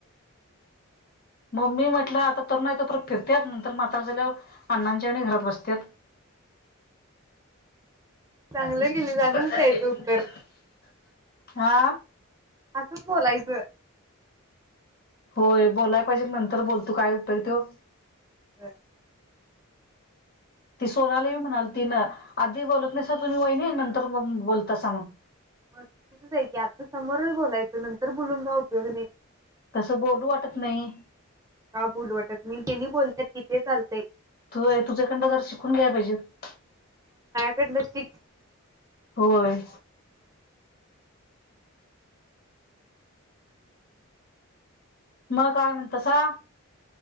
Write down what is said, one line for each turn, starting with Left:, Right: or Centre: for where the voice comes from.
Left: मम्मी म्हटला आता तरुण हाय तोपर्यंत फिरत्यात नंतर म्हातार झाल्यावर अण्णांच्या वाणि घरात बसत्यात.
Right: चांगलं
Left: <inaudible>
Right: गेली असंच द्यायचं उत्तर
Left: <inaudible> हा.
Right: असंच बोलायचं. <inaudible>
Left: होय बोलाय पाहिजे नंतर बोलतो काय उपेग त्यो
Right: ह.
Left: <inaudible> ती सोनाली म्हणालती न आधी बोलत नाहीसा तुम्ही वईनी नंतर मग बोलतासा मंग.
Right: म चुकीचच आहे की आता समोरच बोलायचो नंतर बोलून काय उपयोग नाही.
Left: तसं बोलू वाटत नाही
Right: <inaudible> का बोलू वाटत नाही, त्यांनी बोलत्यात की ते चाल
Left: तू तुझ्याकंडंन जरा शिकून घ्याय पाहिजेत.
Right: <inaudible> शिक
Left: होय मग काय म्हणतासा